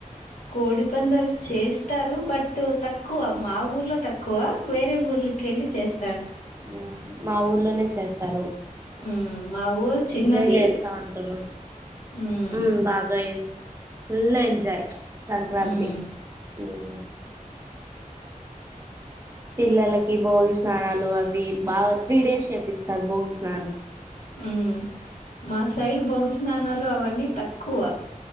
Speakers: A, on the left; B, on the right.
A: కోడి పందాలు చేస్తారు బట్ తక్కువ మా ఊర్లో తక్కువ వేరే ఊర్లకి వెళ్ళి చేస్
B: హ్మ్ మా ఊర్లోనే చేస్తారు
A: ఉమ్ మా ఊరు చిన్నది
B: ఎంజాయ్ చేస్తా ఉంటారు
A: ఉమ్
B: హ్మ్ బాగా ఫుల్ ఎంజాయ్ సంక్రాంతి
A: ఉమ్
B: హ్మ్ పిల్లలకి భోగి స్నానాలు అవి బాగా త్రీ డేస్ చేపిస్తారు భోగి స్నానం
A: హ్మ్ మా సైడ్ బోగిస్నానాలు అవన్నీ తక్కువ